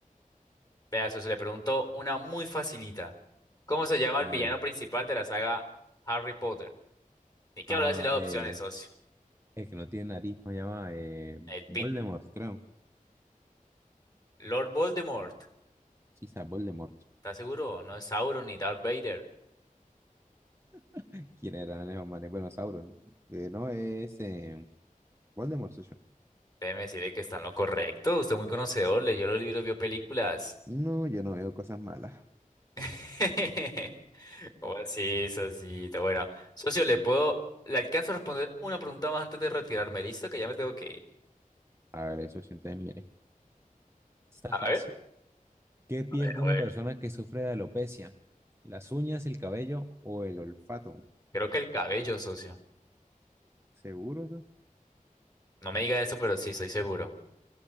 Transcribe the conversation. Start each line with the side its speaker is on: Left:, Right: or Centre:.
Left: Vea, socio, le pregunto una muy facilita. ¿Cómo se llama el
Right: A
Left: villano
Right: ver.
Left: principal de la saga Harry Potter? Ni que
Right: Ah,
Left: hablar de las
Right: el,
Left: opciones, socio.
Right: el que no tiene nariz, ¿cómo se llama? Eh,
Left: El
Right: Voldemort,
Left: Pitbull.
Right: creo.
Left: Lord Voldemort.
Right: Sí, Sa Voldemort.
Left: ¿Está seguro? No es Sauron ni Darth Vader.
Right: <laughs> ¿Quién era Neo Mane? Bueno, Sauron. Eh, no, es eh, Voldemort, soy yo.
Left: Déjeme decirle que está en lo correcto. Usted es muy conocedor, leyó los libros, vio películas.
Right: No, yo no veo cosas malas.
Left: <laughs> ¿Cómo así, socito? Bueno, socio, le puedo, le alcanzo a responder una pregunta más antes de retirarme, ¿listo? Que ya me tengo que ir.
Right: A ver, eso sí, entonces mire. Está
Left: A
Right: fácil.
Left: ver,
Right: ¿Qué pierde
Left: a ver, a
Right: una
Left: ver.
Right: persona que sufre de alopecia? ¿Las uñas, el cabello o el olfato?
Left: Creo que el cabello, socio.
Right: ¿Seguro?
Left: No me diga eso, pero sí, estoy seguro.